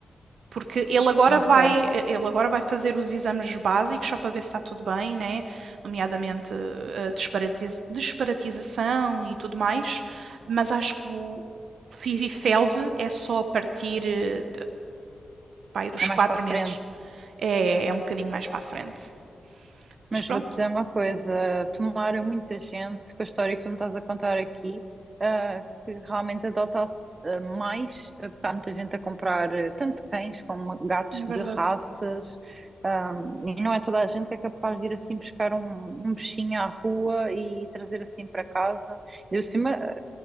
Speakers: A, on the right; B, on the right.
A: Porque ele agora
B: ok.
A: vai, eh, ele agora vai fazer os exames básicos só para ver se está tudo bem, né? Nomeadamente eh, a disparatiz- disparatização e tudo mais, mas acho que o FIV-FeLV é só a partir eh, pai dos
B: É mais
A: quatro
B: para a
A: meses.
B: frente.
A: É, é um bocadinho mais para a frente.
B: Mas
A: Mas pronto,
B: vou dizer uma coisa, tomaram muita gente com a história que tu me estás a contar aqui, ah, que realmente adota-se ah, mais, ah, porque há muita gente a comprar ah, tanto cães como gatos
A: é verdade.
B: de raças, ah, e não é toda a gente que é capaz de ir assim buscar um, um bichinho à rua e trazer assim para casa. E por cima, ah,